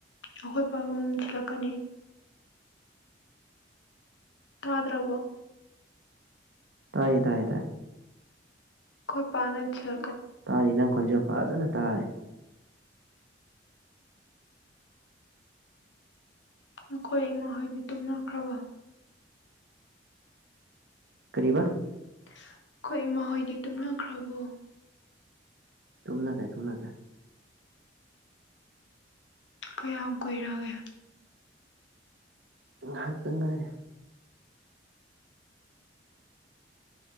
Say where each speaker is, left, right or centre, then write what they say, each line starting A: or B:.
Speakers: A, on the left; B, on the right.
A: ꯑꯩꯈꯣꯏ ꯄꯥꯕꯨꯡ ꯊꯤꯜꯂꯛꯀꯅꯤ ꯇꯥꯗ꯭ꯔꯕꯣ
B: ꯇꯥꯏ ꯇꯥꯏ ꯇꯥꯏ
A: ꯑꯩꯈꯣꯏ ꯄꯕꯨꯡꯅ
B: ꯇꯥꯔ ꯏꯅꯪ ꯈꯖ ꯄꯔꯖꯅ ꯇꯥꯔꯦ
A: ꯅꯈꯣꯏ ꯏꯃꯥꯍꯣꯏꯗꯤ ꯇꯨꯝꯅꯈ꯭ꯔꯕ
B: ꯀꯕꯥ
A: ꯑꯩꯈꯣꯏ ꯏꯃꯥ ꯍꯣꯏꯗꯤ ꯇꯨꯝꯅꯈ꯭ꯔꯕꯣ
B: ꯇꯨꯝꯅ ꯀꯥꯏ ꯇꯨꯝꯅ ꯀꯥꯏ
A: ꯀꯌꯥꯝ ꯀꯨꯏꯔꯒꯦ
B: ꯉꯥꯏꯍꯥꯛꯇ ꯉꯔꯦ